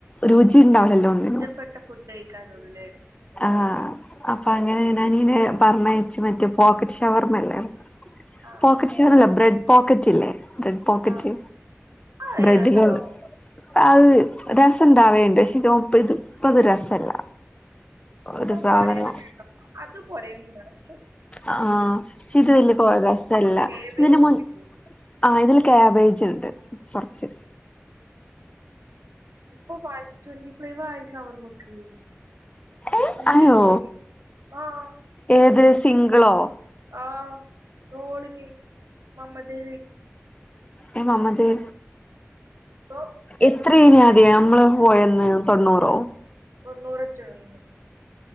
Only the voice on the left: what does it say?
രുചി ഉണ്ടാവില്ലല്ലോ
ഒന്നിനും
ആഹ് അപ്പഅങ്ങനെ ഞാനനിയനെ പറഞ്ഞയച്ച് മറ്റേ പോക്കറ്റ് ഷവർമല്ലേ
പോക്കറ്റ്ഷവർമഅല്ല ബ്രെഡ് പോക്കറ്റ് ഇല്ലേ ബ്രെഡ് പോക്കറ്റ്
ബ്രെഡ്ല്
അത് രെസണ്ടാവല്ണ്ട് പക്ഷെ ഇത് മുപ്പത് ഇപ്പത് രെസല്ല.
ഒര് സാധനോം
ആഹ് പക്ഷെ ഇത് വല്ല്യാപോര രെസെല്ല
ഇതിന് മുൻ
ആഹ് ഇതില് ക്യാബേജ് ഇണ്ട് കൊർച്ച്.
ഏഹ്
അയോ
ഏത് സിങ്ക്ളോ?
എ മമത് ഇ
എത്രേനു ആദ്യം ന്നമ്മള് പോയന്ന് തൊണ്ണൂറോ?